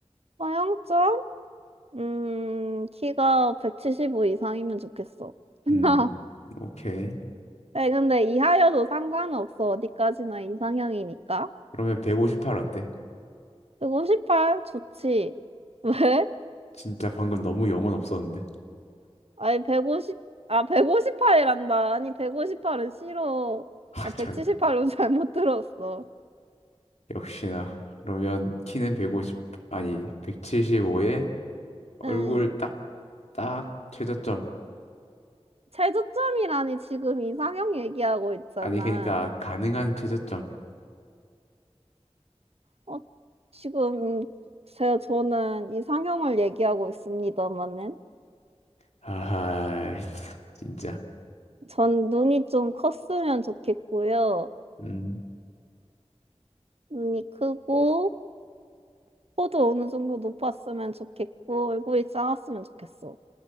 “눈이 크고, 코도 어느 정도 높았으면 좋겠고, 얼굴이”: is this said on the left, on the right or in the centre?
Right